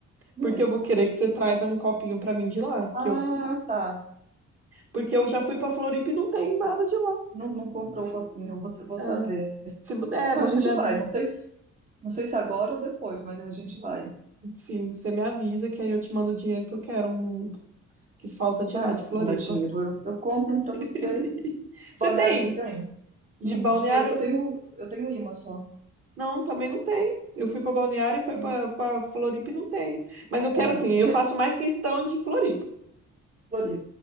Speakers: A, on the right; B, on the right.
A: hum.
B: porque eu vou querer que você traz um copinho pra mim de lá, que
A: Ah,
B: eu,
A: tá.
B: porque eu já fui pra Floripa e não tem nada de lá.
A: Não, não comprou o copinho, eu vou, eu vou
B: É,
A: trazer.
B: se, vo- é,
A: Não,
B: você
A: a gente
B: me avisa,
A: vai, não sei se, não sei se agora ou depois, mas a gente vai.
B: sim, você me avisa que aí eu te mando o dinheiro que eu quero, um que falta de
A: Ah,
B: lá, de Floripa.
A: mandar dinheiro. Eu, eu compro um pra
B: <laughs>
A: você. De
B: Você
A: Balneário
B: tem
A: você tem?
B: de
A: No-
B: Balneário?
A: De Floripa eu tenho, eu tenho imã só.
B: Não, também não tem. Eu fui para Balneário e foi
A: Ah,
B: para para Floripa e não tem. Mas eu quero
A: Aí,
B: assim, eu faço mais questão de Floripa.
A: Floripa.